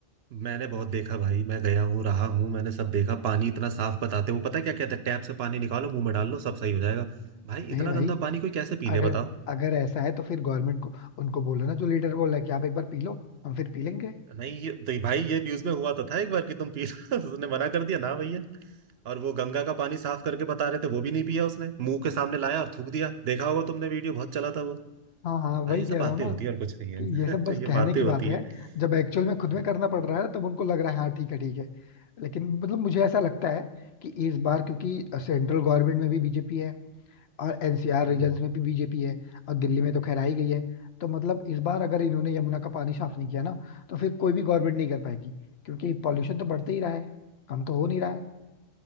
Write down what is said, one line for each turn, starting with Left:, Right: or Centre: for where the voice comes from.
Right: मैंने बहुत देखा भाई मैं गया हूँ रहा हूँ मैंने सब देखा पानी इतना साफ बताते वो पता है क्या कहते हैं टैप से पानी निकालो मुंह में डाल लो सब सही हो जाएगा भाई
Left: नहीं
Right: इतना
Left: भाई
Right: गंदा पानी कोई कैसे पी ले
Left: अगर
Right: बताओ
Left: अगर ऐसा है तो फिर गवर्नमेंट को उनको बोलो ना जो लीडर बोल रहा है कि आप एक बार पी लो हम फिर पी लेंगे
Right: नहीं ये तो भाई ये न्यूज में हुआ तो था एक बार कि तुम पी <laughs> उसने मना कर दिया ना भैया और वो गंगा का पानी साफ करके बता रहे थे वो भी नहीं पिया उसने मुंह के सामने लाया और थूक दिया देखा होगा तुमने वीडियो बहुत चला था वो
Left: हाँ हाँ वही
Right: भाई ये सब
Left: कह
Right: बातें
Left: रहा हूँ ना
Right: होती है और कुछ नहीं है
Left: कि ये सब बस
Right: <laughs> ये
Left: कहने
Right: बातें
Left: की
Right: होती
Left: बातें
Right: है
Left: हैं जब एक्चुअल में खुद
Right: हाँ।
Left: में करना पड़ रहा है तब उनको लग रहा है हाँ ठीक है ठीक है लेकिन मतलब मुझे ऐसा लगता है कि इस बार क्योंकि सेंट्रल गवर्नमेंट में भी बीजेपी है और एनसीआर रीजन्स
Right: हम्म
Left: में भी बीजेपी है और दिल्ली में तो खैर आई गई है तो मतलब इस बार अगर इन्होंने यमुना का पानी साफ नहीं किया ना तो फिर कोई भी गवर्नमेंट नहीं कर पाएगी क्योंकि पॉल्यूशन तो बढ़ते ही रहा है कम तो हो नहीं रहा है